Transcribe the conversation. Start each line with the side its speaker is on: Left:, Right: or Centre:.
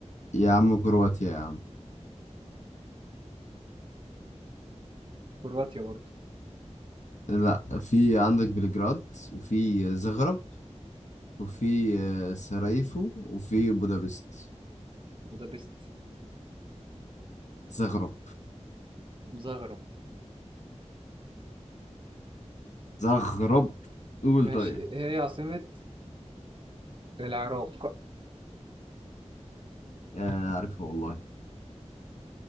Left: يا عم كرواتيا يا عم
Right: كرواتيا برضه
Left: لا في عندك بلجراد وفي زغرب وفي آه، سراييفو وفي بودابست
Right: بودابست
Left: زغرب
Right: مزغرب
Left: زغرب قول
Right: ماشي
Left: طيب
Right: ايه هي عاصمة العراق
Left: آه، عارفها والله